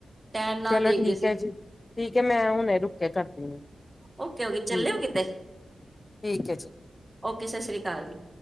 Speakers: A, on the right (about 15°); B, on the left (about 25°).
A: ਟੈਮ ਨਾਲ
B: ਚਲੋ
A: ਦੇਖਦੇ
B: ਠੀਕ
A: ਸੀ
B: ਏ ਜੀ ਠੀਕ ਏ ਮੈਂ ਹੁਣੇ ਰੁਕ ਕੇ ਕਰਦੀ ਹਾਂ।
A: ਔ ਕੇ, ਔ ਕੇ,
B: ਠੀਕ
A: ਚਲੇ ਹੋ
B: ਹੈ
A: ਕਿਤੇ?
B: ਠੀਕ ਹੈ ਜੀ
A: ਔ ਕੇ। ਕੇ ਸਸ ਸ੍ਰੀ ਕਾਲ ਜੀ।